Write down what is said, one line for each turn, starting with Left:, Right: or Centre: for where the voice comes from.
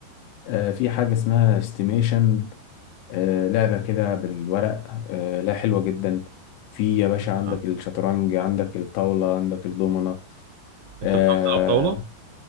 Left: آه في حاجة اسمها استيميشن آه لعبة كده بالورق آه لا حلوة جدا في يا باشا
Right: آه.
Left: عندك الشطرنج عندك الطاولة عندك الدومنة
Right: أنت
Left: آه،
Right: بتعرف تلعب طاولة؟